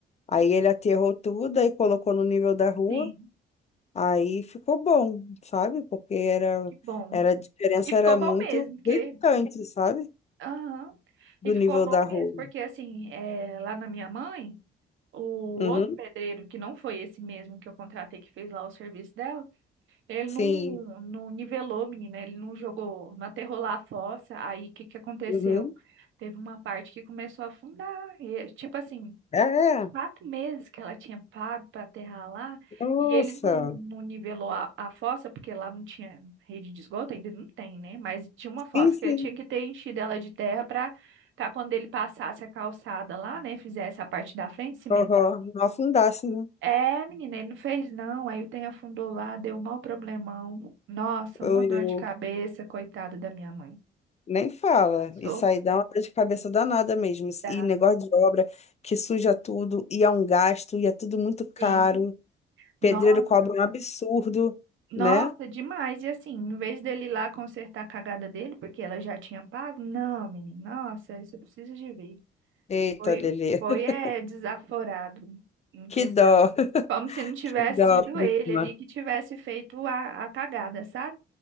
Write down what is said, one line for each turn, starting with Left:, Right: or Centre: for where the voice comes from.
Left: Aí ele aterrou tudo, aí colocou no nível da rua.
Right: sim,
Left: Aí ficou bom, sabe? Porque era,
Right: que bom.
Left: era, a diferença
Right: E ficou
Left: era
Right: bom
Left: muito
Right: mesmo, porque...
Left: gritante, sabe?
Right: Aham,
Left: do
Right: e ficou
Left: nível
Right: bom
Left: da rua.
Right: mesmo, porque assim, é, lá na minha mãe, o
Left: Uhum.
Right: outro pedreiro, que não foi esse mesmo que eu contratei, que fez lá o serviço dela, Ele
Left: Sim.
Right: não, não nivelou, menina. Ele não jogou, não aterrou lá a fossa. Aí o que que aconteceu?
Left: Uhum.
Right: Teve uma parte que começou a afundar. E, tipo assim,
Left: É,
Right: uns
Left: é.
Right: quatro meses que ela tinha pago para aterrar lá.
Left: nossa.
Right: E ele não, não nivelou a, a fossa, porque lá não tinha rede de esgoto, ainda não tem, né? Mas tinha uma fossa
Left: Sim, sim.
Right: que ele tinha que ter enchido ela de terra para para quando ele passasse a calçada lá, né? Fizesse a parte da frente, cimentar.
Left: Uhum. Não afundasse, né?
Right: É, menina, ele não fez não. Aí o trem afundou lá, deu um maior problemão. Nossa,
Left: Eu,
Right: uma
Left: eu-
Right: dor de cabeça, coitada da minha mãe.
Left: nem fala.
Right: Passou.
Left: Isso aí dá uma dor de cabeça danada mesmo.
Right: Tá.
Left: E negócio de obra que suja tudo, e é um gasto, e é tudo muito caro.
Right: Sim. Nossa,
Left: Pedreiro cobra um absurdo,
Right: nossa,
Left: né?
Right: demais. E assim, em vez dele ir lá consertar a cagada dele, porque ela já tinha pago, não, menina, nossa, isso eu preciso de ver.
Left: Eita,
Right: Foi,
Left: Lelê.
Right: foi
Left: <laughs>
Right: é, desaforado em
Left: Que
Right: questão.
Left: dó,
Right: Como se não tivesse
Left: que dó,
Right: sido
Left: prima.
Right: ele ali que tivesse feito a, a cagada, sabe?